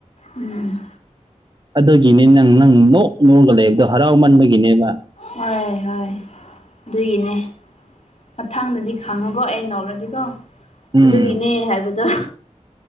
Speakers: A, on the left; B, on the right.
A: ꯎꯝ
B: ꯑꯗꯨꯒꯤꯅꯤ ꯅꯪ ꯅꯪ ꯅꯣꯛ ꯅꯣꯛꯂ ꯂꯩꯕꯗꯣ ꯍꯔꯥꯎꯃꯟꯕꯒꯤꯅꯦꯕ
A: ꯍꯣꯏ ꯍꯣꯏ ꯑꯗꯨꯒꯤꯅꯦ ꯃꯊꯡꯗꯗꯤ ꯈꯪꯉꯣꯀꯣ ꯑꯩ ꯅꯣꯛꯂꯗꯤꯀꯣ
B: ꯎꯝ
A: ꯑꯗꯨꯒꯤꯅꯦ ꯍꯥꯏꯕꯗꯣ